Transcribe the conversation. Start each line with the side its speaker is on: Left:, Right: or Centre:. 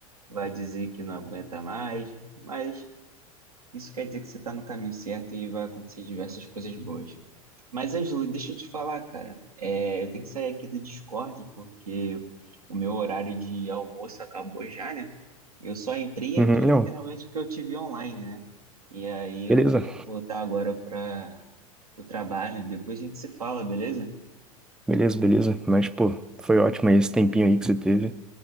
Right: vai dizer que não aguenta mais, mas isso quer dizer que você está no caminho certo e vai acontecer diversas coisas boas. Mas, Ângelo, deixa eu te falar, cara. É, eu tenho que sair aqui do Discord porque o meu horário de almoço acabou já, né? Eu só entrei
Centre: Uhum,
Right: aqui
Centre: não,
Right: literalmente porque eu te vi online, né? E aí eu
Centre: beleza,
Right: vou ter que voltar agora para o trabalho. Depois a gente se fala, beleza?
Centre: beleza, beleza. Mas, pô, foi ótimo esse tempinho aí que você teve.